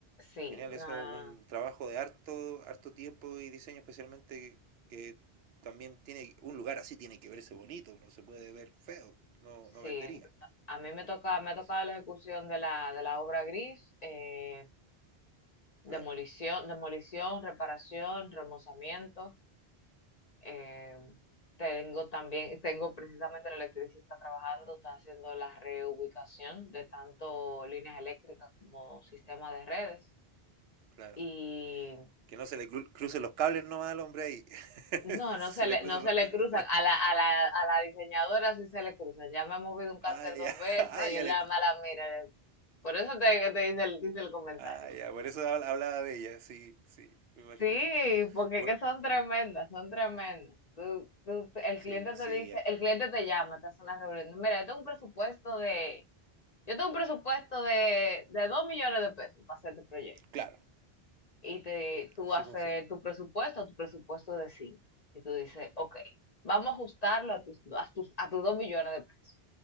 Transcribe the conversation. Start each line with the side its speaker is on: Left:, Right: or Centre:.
Left: Sí,
Right: genial,
Left: una,
Right: eso es un trabajo de harto, harto tiempo y diseño especialmente que, que también tiene, un lugar así tiene que verse bonito, no se puede ver feo, no,
Left: sí.
Right: no vendería.
Left: A mí me toca, me ha tocado
Right: Sí,
Left: la ejecución de la, de la obra gris, eh,
Right: claro,
Left: demolición, demolición, reparación, remozamiento. Eh, tengo también, tengo precisamente el electricista trabajando, está haciendo la reubicación de tanto líneas eléctricas como sistema de redes.
Right: claro.
Left: Y
Right: Que no se le cru- crucen los cables nomás al hombre ahí. <laughs>
Left: no, no
Right: Se
Left: se le,
Right: le cruzan
Left: no se
Right: los cables.
Left: le cruzan. A la, a la, a la diseñadora sí se le cruzan. Ya me ha movido un cánter
Right: Ah,
Left: dos
Right: ya. <laughs>
Left: veces
Right: Ah,
Left: y
Right: ya
Left: es la
Right: le.
Left: mala mira. Por eso te, te dice el, dice el comentario.
Right: Ah, ya. Por eso habla- hablaba de ella. Sí, sí, me imagino.
Left: Sí, porque
Right: Bueno,
Left: es que son tremendas, son tremendas. Tú- tú- el
Right: sí,
Left: cliente
Right: pues
Left: te
Right: sí.
Left: dice,
Right: eh,
Left: el cliente te llama, te hace una reunión. Mira, yo tengo un presupuesto de, yo tengo un presupuesto de, de 2 millones de pesos para hacer este proyecto.
Right: Claro,
Left: Y te, tú
Right: así
Left: haces
Right: funciona.
Left: tu presupuesto, tu presupuesto de 5. Y tú dices, ok, vamos a ajustarlo a tus, a tus, a tus 2 millones de pesos,